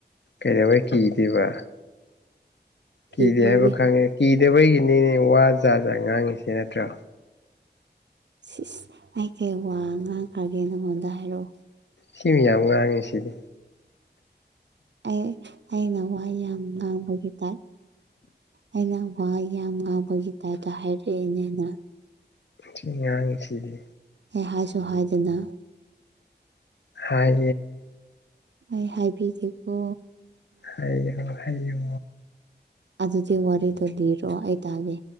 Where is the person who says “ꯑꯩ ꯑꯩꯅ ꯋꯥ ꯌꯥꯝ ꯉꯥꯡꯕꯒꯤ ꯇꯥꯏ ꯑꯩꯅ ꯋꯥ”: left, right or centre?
Right